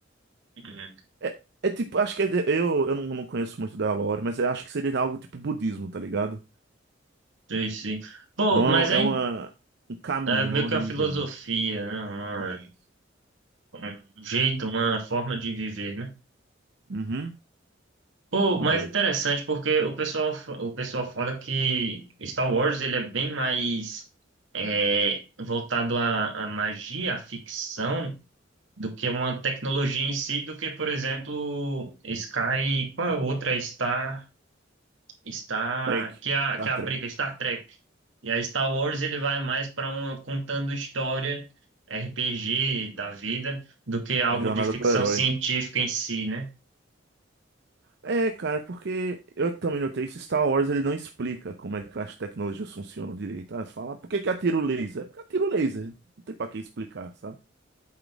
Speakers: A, on the right; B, on the right.
A: um
B: É, é tipo, acho que é, eu, eu não, não conheço muito da lore, mas eu acho que seria algo tipo budismo, tá ligado?
A: Sim, sim. Pô,
B: Não
A: mas é,
B: é, é
A: in-
B: uma, um caminho,
A: é meio
B: não é uma
A: que
B: religião.
A: uma filosofia,
B: Isso.
A: né? Uma- Um jeito, uma forma de viver, né?
B: Uhum.
A: Pô, mas
B: Fala aí.
A: interessante porque o pessoal, fa- o pessoal fala que Star Wars ele é bem mais é, voltado à, à magia, à ficção, do que uma tecnologia em si, do que, por exemplo, Sky, qual é a outra? Star. Star,
B: Trek.
A: que é a,
B: Star
A: que é a
B: Trek.
A: briga Star Trek. E a Star Wars ele vai mais para um contando história RPG da vida do que algo
B: A jornada
A: de ficção
B: do herói.
A: científica em si, né?
B: É, cara, porque eu também notei isso. Star Wars ele não explica como é que as tecnologias funcionam direito. Ah, fala, "Ah, por que que atira o laser? É porque atira o laser. Não tem pra que explicar, sabe?